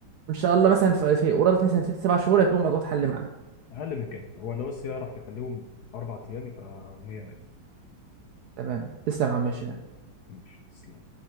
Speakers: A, on the right; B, on the left.
A: وان شاء الله مثلا في في قرابه مثلا ست سبع شهور هيكون الموضوع اتحل معاه
B: اقل من كده هو لو بس يعرف يخليهم اربع ايام يبقى 100 100
A: تمام تسلم يا عم هشام
B: ماشي تسلم